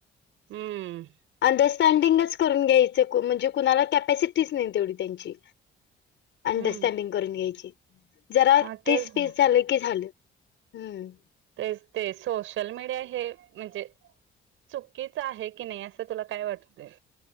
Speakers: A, on the right (about 85°); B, on the left (about 70°).
A: हम्म
B: अंडरस्टँडिंगच करून घ्यायचं म्हणजे कुणाला कॅपॅसिटीच नाही तेवढी त्यांची अंडरस्टँडिंग
A: हम्म
B: करून घ्यायची जरा
A: हा तेच
B: ते स्पेस
A: ना
B: झालं की झालं हम्म
A: ते ते सोशल मीडिया हे म्हणजे चुकीच आहे की नाही असं तुला काय वाटतय